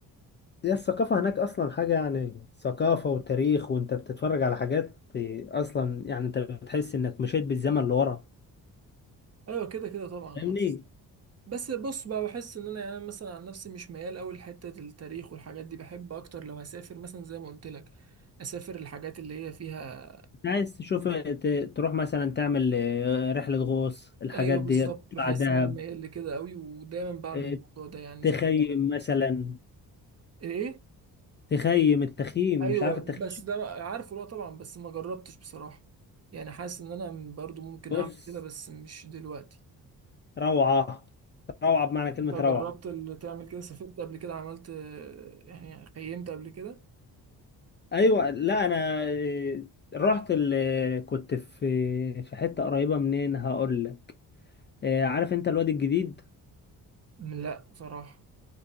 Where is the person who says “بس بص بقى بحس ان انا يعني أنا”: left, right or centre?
Right